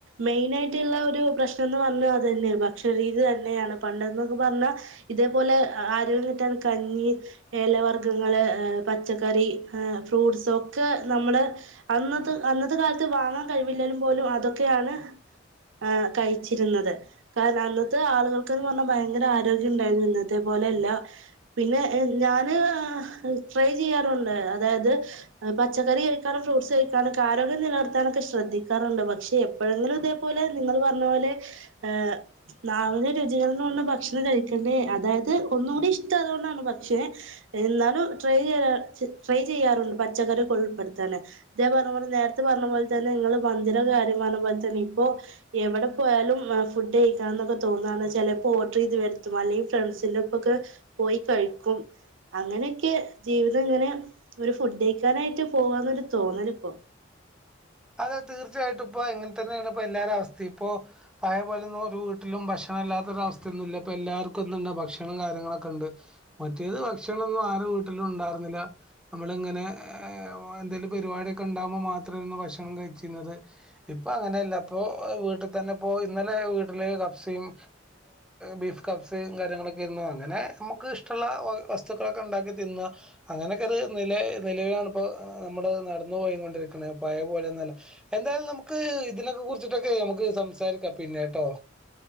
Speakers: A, on the right (about 80°); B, in the centre.
A: മെയിന് ആയിട്ട്ള്ള ഒരു പ്രശ്നം ന്ന് പറഞ്ഞ അതന്നെ ഭക്ഷണരീതി തന്നെയാണ് പണ്ട ന്നെത് പറഞ്ഞാൽ ഇതേപോലെ ആരോഗ്യം കിട്ടാൻ കഞ്ഞി, എലവർഗ്ഗങ്ങള്, പച്ചക്കറി, ഹെ ഫ്രൂട്ട്സ് ഒക്കെ നമ്മള് അന്നത്തെ അന്നത്തെ കാലത്ത് വാങ്ങാൻ കഴിവില്ലെലും പോലും അതൊക്കെയാണ് എ കഴിച്ചിരുന്നത്. കാരണം അന്നത്തെ ആളുകൾക്കന്ന് പറഞ്ഞാൽ ഭയങ്കര ആരോഗ്യം ഇ ണ്ടായിരുന്നു. ഇന്നത്തെ പോലെയല്ല പിന്നെ ഞാന് ട്രൈ ചെയ്യാറുണ്ട് അതായത് പച്ചക്കറി കഴിക്കാനും ഫ്രൂട്സ് കഴിക്കാനൊക്കെ ആരോഗ്യം നിലർത്താനൊക്കെ ശ്രദ്ധിക്കാറുണ്ട്. പക്ഷെ എപ്പോഴെങ്കിലും ഇതേപോലെ നിങ്ങള് പറഞ്ഞ പോലെ ഏ നാവിലെ രുചികൾന്ന് പറഞ്ഞ ഭക്ഷണം കഴിക്കണ്ടേ അതായത് ഒന്നും കൂടി ഇഷ്ടായതോണ്ടാണ് പക്ഷെ എന്നാലും ട്രൈ ചെയ്യാ ട്രൈ ചെയ്യാറുണ്ട് പച്ചക്കറി ഉൾപ്പെടുത്താന്, ഇതെ പറഞ്ഞ പോലെ നേരത്തെ പറഞ്ഞ പോലെ തന്നെ നിങ്ങള് മന്തിടെ കാര്യം പറഞ്ഞ പോലെ തന്നെ ഇപ്പോ എവിടെ പോയാലും ഫുഡ് കഴിക്കാ ന്നൊക്കെ തോന്നു ആണ് ചെലപ്പ ഓഡർയ്ത് വരുത്തും അല്ലെങ്കിൽ ഫ്രണ്ട്സിന്റെപ്പക്കെ പോയി കഴിക്കും. അങ്ങനെയൊക്കെ ജീവിതം ഇങ്ങനെ ഒരു ഫുഡ് കഴിക്കാനായിട്ട് പോവാന്നൊ രു തോന്നലിപ്പം
B: അതെ തീർച്ചയായിട്ടും ഇപ്പൊ എങ്ങൻ തന്നെയാണ് ഇപ്പോ എല്ലാരെ അവസ്ഥി ഇപ്പോ പഴേ പോലൊന്നും ഒരു വീട്ടിലും ഭക്ഷണല്ലാത്തൊ ഒരു അവസ്ഥയൊന്നുല്ല ഇപ്പ എല്ലാർക്കും എന്തുണ്ട് ഭക്ഷണം കാര്യങ്ങളൊക്കെ ഇ ണ്ട്. മറ്റേത് ഭക്ഷണൊന്നും ആരു വീട്ടിലും ഇണ്ടായിരന്നില്ല നമ്മള് ഇങ്ങനെ എന്തേലും പെരി വാടിയൊക്കെ ഇണ്ടാവ്മ്പോ മാത്രേന്നു ഭക്ഷ ണം കഴിച്ചീനത്. ഇപ്പ അങ്ങനെയല്ല ഇപ്പോ വീട്ടിൽ തന്നെ ഇപ്പോ ഇന്നലെ വീട്ടില് കപ്സയും ബീഫ് കപ്സയും കാര്യങ്ങളൊക്കെര്ന്നു. അങ്ങനെ നമുക്ക് ഇഷ്ടള്ള വസ്തുക്കളൊക്കെ ഇണ്ടാക്കി തിന്ന് അങ്ങനെയൊക്കെര് നിലെ നിലവിലാണിപ്പോ നമ്മള് നടന്ന പോയികൊണ്ടിരിക്ക്ണെ പോലെന്നല്ല. എന്തായാലും നമുക്ക് ഇതിനൊക്കെ കുറിച്ചിട്ടൊക്കെ നമുക്ക് സംസാരിക്കാം പിന്നെട്ടോ